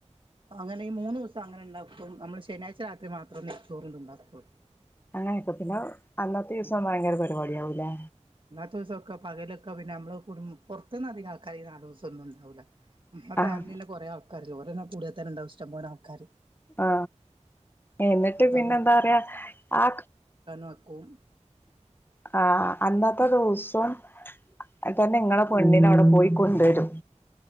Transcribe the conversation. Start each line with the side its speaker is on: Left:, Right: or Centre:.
Right: അങ്ങനെ ഈ മൂന്നൂസം അങ്ങനെ ഉണ്ടാക്കും നമ്മള് ശനിയാഴ്ച രാത്രി മാത്രം നെയ്ച്ചോറ് ഉണ്ടാക്കുള്
Left: അ <inaudible> പിന്നെ അന്നത്തെ ദിവസം ഭയങ്കര പരിപാടി ആവൂലേ
Right: പ ദിവസംൊക്കെ പകലൊക്കെ പിന്നെ സൊക്കെ പകലൊക്കെ പിന്നെ നമ്മള് കുടും പുറത്ത്നിന്ന് അധിക ആൾക്കാര് ഈ നാല് ദിവസം ഒന്നും ഉണ്ടാവൂല്ല ആ ഫാമിലിന്നെ
Left: ആഹ്
Right: കൊറെഅ കാരല്ലേ ഓരന്നെ കൂടിയ തന്നിണ്ടാവും ഇഷ്ടംപോലെ ആൾക്കാര്
Left: ആ എന്നിട്ട്
Right: അപ്പൊ
Left: പിന്നെ എന്താ പറയാ ആ
Right: മക്കും
Left: ആ അന്നത്തെ ദിവസം തന്നെ നിങ്ങള് പെണ്ണിനെ അവിടെ പോയി കൊണ്ടുവരും